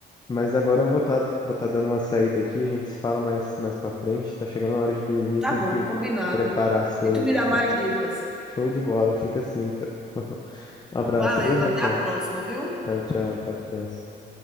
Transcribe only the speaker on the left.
mas agora eu vou estar tá, vou tá dando uma saída aqui. A gente se fala mais mais para frente. Tá chegando a hora de dormir. Eu
tenho
que
preparar as coisas
aqui.
Show de bola. Fica assim, então. <laughs> Um abraço,
viu, Raquel?
Tchau, tchau. Até a próxima.